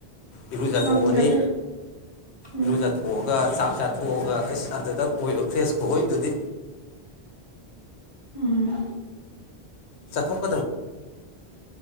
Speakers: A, on the left; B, on the right.
A: ꯏꯔꯨꯖꯥꯊꯣꯛꯑꯅꯤ
B: ꯉꯝꯗ꯭ꯔꯦꯗ ꯎꯝ
A: ꯏꯔꯨꯖꯥꯊꯣꯛꯑꯒ ꯆꯥꯛ ꯆꯥꯊꯣꯛꯑꯒ ꯑꯁ ꯑꯗꯨꯗꯥ ꯑꯣꯏꯕ ꯐ꯭ꯔꯦꯁ ꯈꯨꯑꯣꯏꯗꯨꯗꯤ
B: ꯎꯝ
A: ꯆꯠꯊꯣꯛ